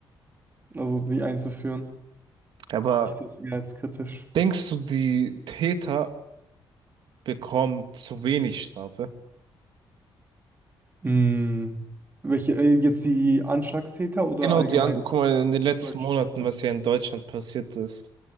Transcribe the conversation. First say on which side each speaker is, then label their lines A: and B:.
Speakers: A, on the right (about 25°); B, on the right (about 75°).
A: also die einzuführen.
B: Aber
A: Ich sehe es eher als kritisch.
B: denkst du, die Täter bekommen zu wenig Strafe?
A: Mm, Welche, äh, jetzt die Anschlagstäter oder
B: Genau,
A: allgemein
B: die andere, guck mal, in den letzten
A: deutsche
B: Monaten,
A: Täter?
B: was hier in Deutschland passiert ist,